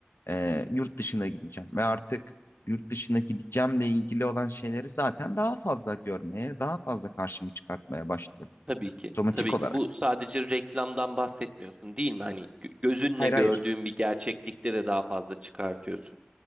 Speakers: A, on the left (about 80°); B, on the right (about 30°).
A: E, yurt dışına gideceğim ve artık yurt dışına gideceğimle ilgili olan şeyleri zaten daha fazla görmeye, daha fazla karşımı çıkartmaya başlıyorum.
B: Tabii ki.
A: Otomatik
B: Tabii
A: olarak.
B: ki. Bu sadece reklamdan bahsetmiyorsun değil mi? Hani gö- gözünle
A: Hayır
B: gördüğün
A: hayır.
B: bir gerçeklikte de daha fazla çıkartıyorsun.